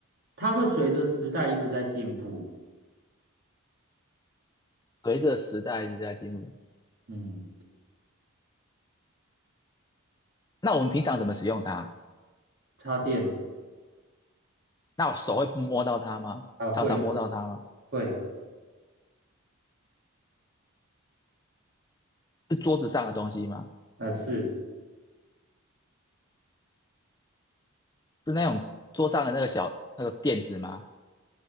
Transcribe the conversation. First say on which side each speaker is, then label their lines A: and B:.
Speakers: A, on the right; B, on the left.
A: 它会随着时代一直在进步，
B: 随着时代一直在进步，
A: 嗯，
B: 那我们平常怎么使用它？
A: 插电
B: 那我手会摸到它吗？
A: 啊，会
B: 常常摸到它吗？
A: 会，
B: 是桌子上的东西吗？
A: 呃，是。
B: 是那种桌上的那个小那个垫子吗？